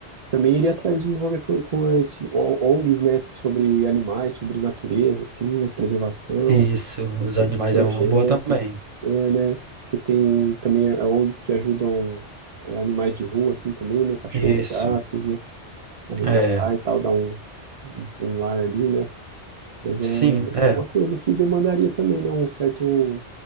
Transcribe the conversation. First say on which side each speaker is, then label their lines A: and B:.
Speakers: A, on the right; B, on the right.
A: Também iria atrás de me envolver com, com esse, o- ONGs, né, sobre animais, sobre natureza, assim, né, preservação,
B: Isso, os
A: esses
B: animais
A: projetos,
B: é uma boa também.
A: é, né, que tem também é, ONGs que ajudam é, animais de rua, assim, também, né, cachorros,
B: Isso,
A: gatos, né, a resgatar
B: é,
A: e tal, dar um, um lar ali, né, mas
B: sim,
A: é,
B: é.
A: é uma coisa que demandaria também, né, um certo